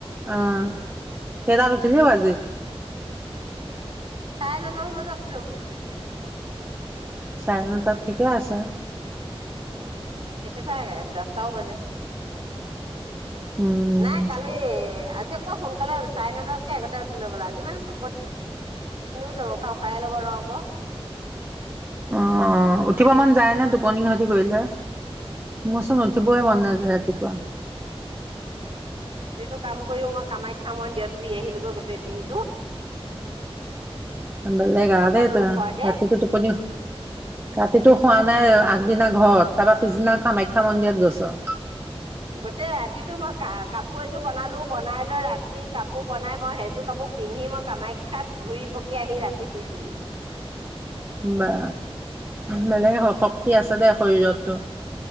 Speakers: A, on the right (about 20°); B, on the right (about 65°).
A: অ সেই তাত উঠিলিও আজি।
B: চাৰে নটা মান বজাত উ ৰ
A: চাৰে নটাত ঠিকে আছা
B: উ কেতিয়াবা দহটাও বজে
A: উম
B: নাই কালি আজ আকৌ সোনকালে চাৰে নটাতকে আগতোই উঠি লৈ বোলা আজি মান টোপনি শনিও যাব বা উশাহে লব নোৱাৰ আকৌ
A: আহ উঠিব মন যায় নে টোপনি সহতি কৰিলে মোৰচোন উঠিবই মন নাযায় ৰাতিপুৱা।
B: টো কাম কৰিও মই কামাখ্যা মই দেত ঘূৰি আহিলোগৈ গোটেই দিনটো।
A: বেলেগ আৰু
B: অকনো
A: দেই তো
B: নোখোৱাকে
A: ৰাতিটো টোপনি ৰাতিটো খোৱা নাই আগদিন ঘৰত তাৰ পৰা পিছনা কামাখ্যা মন্দিৰত গছ
B: গোটেই ৰাতিটো মই ক কাপোৰ এযোৰ বনালো বনাই লৈ ৰাতি কাপোৰ বনাই মই সেইযোৰ কাপোৰ পিন্ধি মই কামাখ্যাত ঘূৰি পকি আহি ৰাতি শুইচোহি
A: বা বেলেগে হ শক্তি আছে দে শৰীৰতটো।